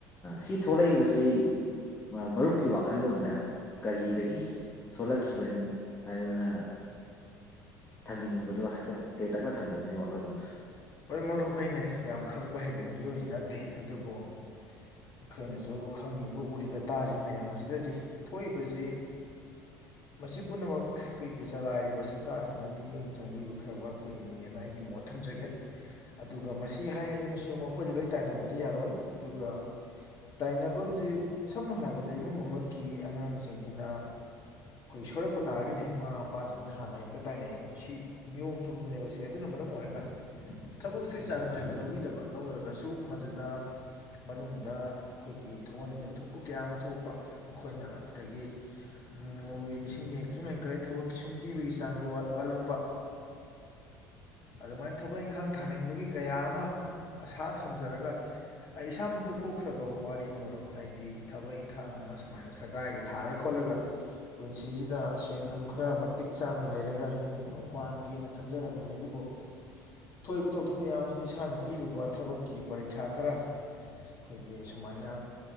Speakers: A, on the left (about 25°); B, on the left (about 40°).
A: ꯁꯤ ꯊꯣꯛꯂꯛꯏꯕꯁꯤ ꯃꯔꯨꯞꯀꯤ ꯋꯥꯈꯜꯂꯣꯟꯗ ꯀꯔꯤꯗꯒꯤ ꯊꯣꯛꯂꯛꯈꯤꯕꯅꯤ ꯍꯥꯏꯗꯨꯅ ꯊꯝꯕꯤꯅꯤꯡꯕꯗꯣ ꯈꯤꯇꯪ ꯇꯦꯟꯇꯛꯅ ꯊꯝꯕꯤꯌꯨꯅꯦ ꯋꯥꯈꯜꯂꯣꯟꯗ
B: ꯍꯣꯏ ꯃꯔꯨꯞ ꯑꯩꯅ ꯌꯥꯝ ꯈꯪꯕ ꯍꯩꯕ ꯃꯤꯑꯣꯏꯁꯨ ꯅꯠꯇꯦ ꯑꯗꯨꯕꯨ ꯑꯩꯈꯣꯏꯅꯁꯨ ꯈꯪꯉꯤꯕ ꯎꯔꯤꯕ ꯇꯥꯔꯤꯕ ꯃꯌꯥꯝꯁꯤꯗꯗꯤ ꯊꯣꯛꯏꯕꯁꯤ ꯃꯁꯤ ꯄꯨꯝꯅꯃꯛ ꯑꯩꯈꯣꯏꯒꯤ ꯆꯂꯥꯏꯔꯤꯕ ꯁꯔꯀꯥꯔꯁꯤꯅ ꯃꯤꯠꯌꯦꯡ ꯆꯪꯕꯤꯕ ꯈꯔ ꯋꯥꯠꯄꯒꯤꯅꯦꯅ ꯑꯩꯒꯤ ꯃꯣꯠ ꯊꯝꯖꯒꯦ ꯑꯗꯨꯒ ꯃꯁꯤ ꯍꯥꯏ ꯍꯥꯏꯗꯨꯅꯁꯨ ꯃꯈꯣꯏꯗꯤ ꯂꯣꯏ ꯇꯥꯏꯅꯕꯗꯤ ꯌꯥꯔꯣꯏ ꯑꯗꯨꯒ ꯇꯥꯏꯅꯐꯝꯁꯦ ꯁꯝꯅ ꯍꯥꯏꯔꯕꯗ ꯏꯃꯨꯡ ꯑꯃꯒꯤ ꯑꯉꯥꯡꯁꯤꯡꯁꯤꯅ ꯑꯩꯈꯣꯏ ꯁꯣꯏꯔꯛꯄ ꯇꯥꯔꯒꯗꯤ ꯃꯃꯥ ꯃꯄꯥꯁꯤꯡꯗ ꯍꯥꯟꯅ ꯍꯦꯛꯇ ꯇꯥꯏꯅꯩꯌꯦꯕ ꯁꯤ ꯅꯤꯌꯣꯝ ꯆꯨꯝꯕꯅꯦꯕꯁꯦ ꯑꯗꯨꯅ ꯃꯔꯝ ꯑꯣꯏꯔꯒ ꯊꯕꯛꯁꯦ ꯆꯥꯡ ꯅꯥꯏꯅ ꯂꯧꯕꯤꯗꯕ ꯂꯧꯔꯒꯁꯨ ꯃꯗꯨꯗ ꯃꯅꯨꯡꯗ ꯑꯩꯈꯣꯏꯒꯤ ꯊꯣꯛꯍꯟꯅꯤꯡꯗꯕ ꯊꯧꯗꯣꯛ ꯀꯌꯥ ꯑꯃ ꯊꯣꯛꯄ ꯃꯈꯣꯏꯅ ꯑꯗꯨꯗꯒꯤꯃ ꯅꯣꯡꯃꯒꯤ ꯃꯤꯁꯤꯡꯗꯤ ꯍꯦꯟꯀꯩ ꯁꯨꯝ ꯍꯦꯟꯀꯠꯂꯛꯦ ꯊꯕꯛꯀꯤ ꯁꯨꯝ ꯄꯤꯕꯒꯤ ꯆꯥꯡꯗꯤ ꯋꯥꯠꯂꯛꯄ ꯑꯗꯨꯃꯥꯏꯅ ꯊꯕꯛ ꯏꯪꯈꯥꯡ ꯊꯥꯅꯤꯡꯕꯒꯤ ꯀꯌꯥ ꯑꯃ ꯑꯁꯥ ꯊꯝꯖꯔꯒ ꯑꯩ ꯏꯁꯥꯃꯛꯀ ꯊꯣꯛꯈ꯭ꯔꯕ ꯋꯥꯔꯤꯅ ꯃꯔꯨꯞ ꯍꯥꯏꯗꯤ ꯊꯕꯛ ꯏꯪꯈꯥꯡ ꯑꯃ ꯁꯨꯃꯥꯏꯅ ꯁꯔꯀꯥꯔꯒꯤ ꯊꯥꯔ ꯈꯣꯠꯂꯒ ꯄꯨꯟꯁꯤꯁꯤꯗ ꯁꯦꯟ ꯅꯨꯡ ꯈꯔ ꯃꯇꯤꯛ ꯆꯥꯅ ꯂꯩꯔꯒ ꯏꯃꯨꯡ ꯃꯅꯨꯡ ꯄꯥꯟꯒꯦꯅ ꯈꯟꯖꯔꯝꯕꯅꯤ ꯑꯗꯨꯕꯨ ꯊꯣꯛꯏꯕ ꯊꯧꯗꯣꯛ ꯃꯌꯥꯝꯁꯤꯗ ꯏꯁꯥꯅ ꯄꯤꯔꯨꯕ ꯊꯕꯛꯀꯤ ꯄꯔꯤꯈ꯭ꯌꯥ ꯈꯔ ꯑꯩꯈꯣꯏꯒꯤ ꯁꯨꯃꯥꯏꯅ